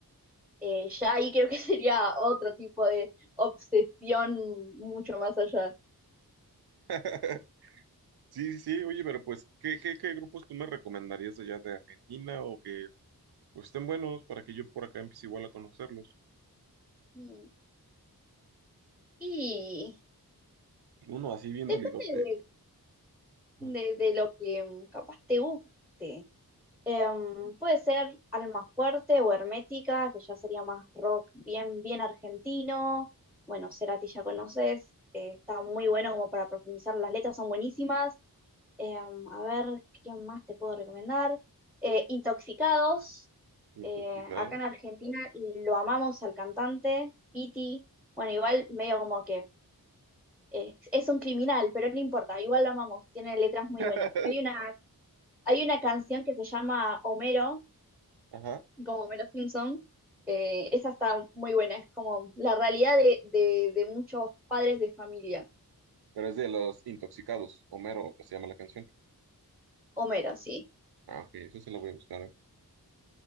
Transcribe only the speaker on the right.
<laughs> Sí, sí, sí, oye, pero pues, ¿qué, qué, qué grupos tú me recomendarías allá de Argentina o que pues, estén buenos para que yo por acá empiece igual a conocerlos?
Uno así bien
dolidote, Ajá.
intoxicado.
<laughs>
Ajá.
Pero es de los intoxicados. Homero se llama la canción.
Ah, ok, eso se la voy a buscar. ¿eh?